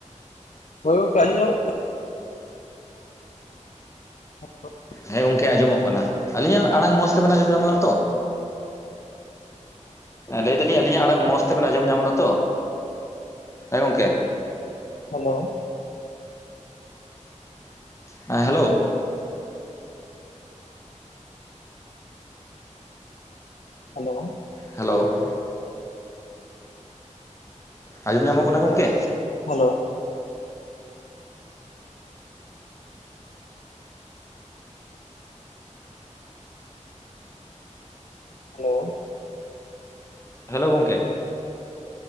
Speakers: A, on the left; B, on the left.
A: ᱦᱳᱭ ᱜᱚᱝᱠᱮ ᱟᱸᱡᱚᱢ <unintelligible>
B: ᱦᱮᱸ ᱜᱚᱝᱠᱮ ᱟᱸᱡᱚᱢᱚᱜ ᱠᱟᱱᱟ ᱟᱹᱞᱤᱧᱟᱜ ᱟᱲᱟᱝ ᱢᱚᱸᱡᱽ ᱛᱮᱵᱮᱱ ᱟᱸᱡᱚᱢ ᱧᱟᱢᱚᱜᱼᱟ ᱛᱚ᱾ ᱞᱟᱹᱭ ᱮᱫᱟᱞᱤᱧ ᱟᱹᱞᱤᱧᱟᱜ
A: ᱧᱟᱢᱚᱜ
B: ᱟᱲᱟᱝ ᱢᱚᱸᱡᱽ ᱛᱮᱵᱮᱱ ᱟᱸᱡᱚᱢ ᱧᱟᱢᱱᱟᱛᱚ ᱦᱮᱸ ᱜᱚᱝᱠᱮ?
A: ᱦᱮᱞᱳ
B: ᱦᱮᱸ ᱦᱮᱞᱳ
A: ᱦᱮᱞᱳ
B: ᱦᱮᱞᱳ ᱟᱸᱡᱚᱢ ᱧᱟᱢᱚᱜ ᱠᱟᱱᱟ ᱜᱚᱝᱠᱮ?
A: ᱦᱮᱞᱳ ᱦᱮᱞᱳ
B: ᱦᱮᱞᱳ ᱜᱚᱝᱠᱮ